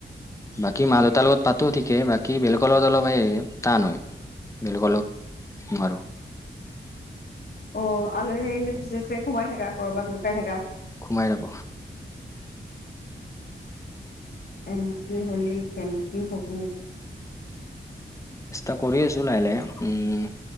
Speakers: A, on the left; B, on the left.
A: বাকী মা দেউতাৰ লগত পাতো ঠিকে, বাকী বেলেগৰ লগত অলপ হ টান হয়। বলগৰ লগ, নোৱাৰো।
B: অঁ, আলহী আহিলে <unintelligible> সোমাই থাকা। কৰবাত লুকাই থাকা।
A: সোমাই যাব
B: এনকে হ'লে কেনকে হ'ব।
A: চেষ্টা কৰি আছো লাহে লাহে। উম,